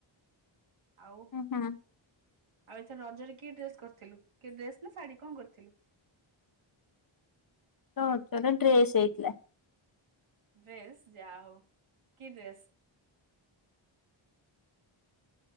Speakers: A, on the right (about 90°); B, on the left (about 45°).
A: ଆଉ
B: ହୁଁ ହୁଁ
A: ଆଉ ଏଥର ରଜରେ କି ଡ୍ରେସ କରିଥିଲୁ କି ଡ୍ରେସ ନା ଶାଢୀ କଣ କରି ଥିଲୁ।
B: ରଜରେ ଡ୍ରେସ୍ ହେଇଥିଲା।
A: ଡ୍ରେସ୍ ଯାହୋଉ କି ଡ୍ରେସ୍?